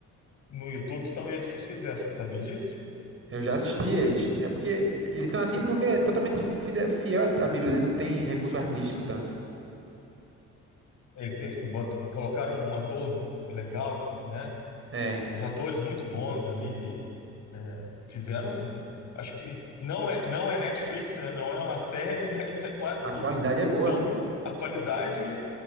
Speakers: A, on the left; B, on the right.
A: no YouTube, são eles que fizeram, você sabia disso?
B: Eu já assisti eles. É porque eles são assim porque é totalmente fiel à à Bíblia, né? Não tem recurso artístico tanto.
A: Eles têm, bot- colocaram um ator legal, né,
B: É,
A: os atores muito bons ali, é, fizeram, acho que não é, não é Netflix, né, não é uma série, <laughs> mas é quase
B: a
A: que
B: qualidade é boa.
A: tão, a qualidade